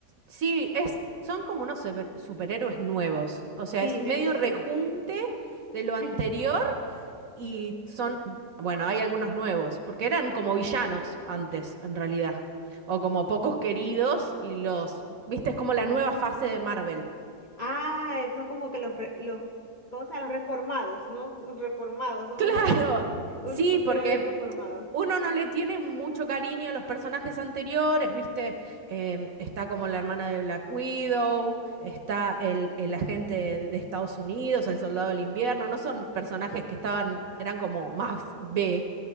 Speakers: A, on the right (about 60°); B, on the left (about 45°).
A: Sí, es, son como unos super- superhéroes nuevos. O sea,
B: Sí,
A: es
B: deben
A: medio
B: de
A: rejunte
B: ser.
A: de
B: <laughs>
A: lo anterior Y son, bueno, hay algunos nuevos, porque eran como villanos antes, en realidad. O como pocos queridos y los, viste, es como la nueva fase de Marvel. <laughs>
B: Ah, eh, son como que los, re- los, ¿cómo se llama? Los reformados, ¿no? <laughs> Reformados, son
A: Claro,
B: unos, unos
A: sí,
B: superhéroes
A: porque
B: reformados.
A: uno no le tiene mucho cariño a los personajes anteriores, viste, Eh, está como la hermana de Black Widow, está el, el agente de, de Estados Unidos, el soldado del invierno, no son personajes que estaban, eran como más B.